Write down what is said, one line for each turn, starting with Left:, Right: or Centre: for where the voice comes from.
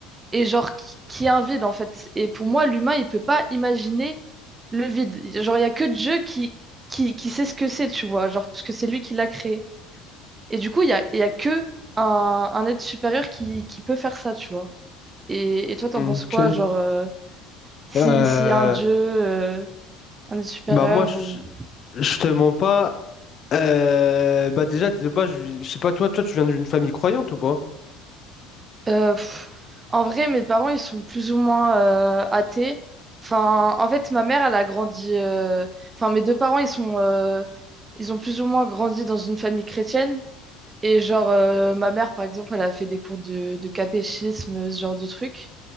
Right: et genre qui, qui est un vide en fait. Et pour moi, l'humain, il peut pas imaginer le vide. Genre, il y a que Dieu qui, qui, qui sait ce que c'est, tu vois, genre, parce que c'est lui qui l'a créé. Et du coup, il y a, il y a que un, un être supérieur qui, qui peut faire ça, tu vois. Et, et toi, t'en
Left: Ok.
Right: penses quoi, genre, euh, si,
Left: Euh,
Right: s'il y a un Dieu, euh, un être supérieur
Left: bah moi, je,
Right: ou.
Left: je te mens pas. Euh, bah déjà, de base, je, je sais pas, toi, toi, tu viens d'une famille croyante ou pas?
Right: Euh, pff, en vrai, mes parents,
Left: <laughs>
Right: ils sont plus ou moins euh, athées. Enfin, en fait, ma mère, elle a grandi. euh, Enfin, mes deux parents, ils sont, euh, ils ont plus ou moins grandi dans une famille chrétienne. Et genre, euh, ma mère, par exemple, elle a fait des cours de, de catéchisme, ce genre de truc.